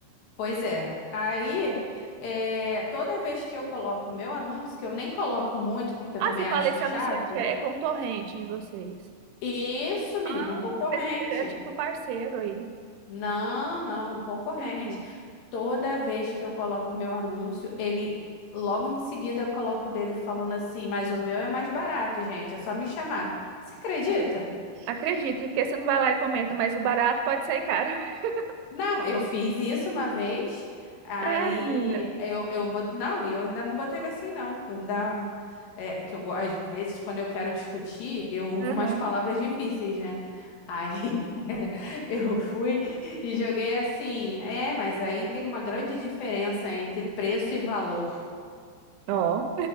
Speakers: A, on the left; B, on the right.
A: Pois é. Aí, é, toda vez que eu coloco o meu anúncio, que eu nem coloco muito, porque eu
B: Ah,
A: também
B: você fala
A: acho
B: esse
A: chato.
B: anunciante é é concorrente de vocês.
A: Isso, menina,
B: Ah,
A: um concorrente.
B: pensei que é tipo parceiro aí.
A: Não, não, um concorrente.
B: Entendi.
A: Toda vez que eu coloco o meu anúncio, ele logo em seguida eu coloco o dele falando assim, mas o meu é mais barato, gente, é só me chamar. Você acredita?
B: Acredito, porque você não vai lá e comenta, mas o barato pode sair caro. <laughs>
A: Não, eu fiz isso uma vez, aí
B: Ai, menina.
A: eu, eu bot... não, e eu ainda não botei assim, não. Eu Ainda... É que eu, go- às vezes, quando eu quero discutir, eu uso
B: Aham.
A: umas palavras difíceis, né? Aí <laughs> eu fui e joguei assim, é, mas aí tem uma grande diferença entre preço e valor.
B: Ó.